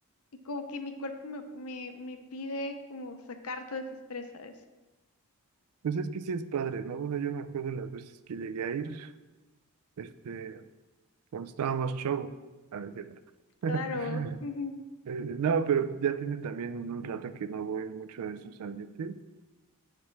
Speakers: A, on the left; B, on the right.
A: y como que mi cuerpo me, me, me pide como sacar todo ese estrés, ¿sabes?
B: Pues es que sí es padre, ¿no? Bueno, yo me acuerdo las veces que llegué a ir, este, cuando estábamos show, a veces.
A: Claro,
B: <laughs>
A: <laughs>
B: Eh, No, pero ya tiene también un rato que no voy mucho a esos ambientes